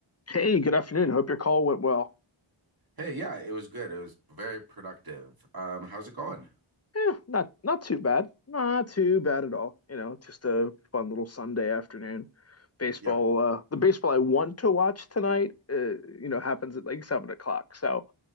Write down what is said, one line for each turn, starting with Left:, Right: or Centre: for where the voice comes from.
Left: Hey, good afternoon. Hope your call went well.
Right: Hey, yeah, it was good. It was very productive. Um, how's it going?
Left: Yeah, not not too bad. Not too bad at all. You know, just a fun little Sunday afternoon. Baseball,
Right: Yeah.
Left: uh, the baseball I want to watch tonight, uh, you know, happens at like seven o'clock. So,